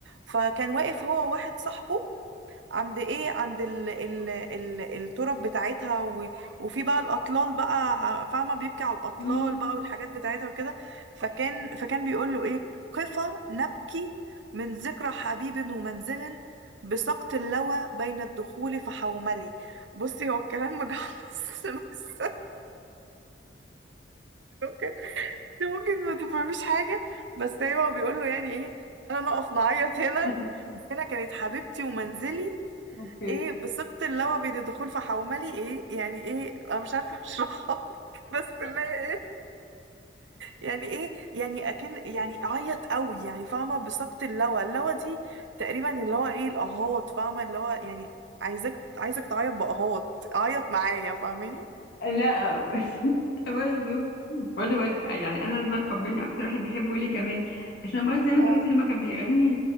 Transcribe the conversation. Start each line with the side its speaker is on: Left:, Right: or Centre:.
Right: فكان واقف هو وواحد صاحبه عند ايه عند ال ال ال التراب بتاعتها و... وفي بقى الاطلال بقى ع- فاهمه بيبكي على الاطلال
Left: مم.
Right: بقى والحاجات بتاعتها وكده فكان فكان بيقول له ايه قفا نبكي من ذكرى حبيب ومنزل بسقط اللوى بين الدخول فحوملي بصي هو الكلام مجعلص <laughs> بس ممكن ممكن ما تفهميش حاجه بس ايوه هو بيقول له يعني ايه انا نقف نعيط هنا
Left: <laughs>
Right: ده هنا كانت حبيبتي ومنزلي
Left: اوكي
Right: ايه بثقة اللوى بين الدخول في حوملي ايه يعني ايه انا مش عارفة اشرحها لك <laughs> بس اللي هي ايه يعني ايه يعني اكن يعني عيط قوي يعني فاهمة بثقة اللوى اللوى دي تقريبا اللي هو ايه الاهات فاهمة اللي هو يعني عايزك عايزك تعيط باهات عيط معايا فاهماني
Left: لا <laughs> برضه برضه بقول- يعني انا رضا القباني اكتر واحد بحبه ليه كمان عشان برضه زي ما انت
Right: اه
Left: قلت لما كان بيغني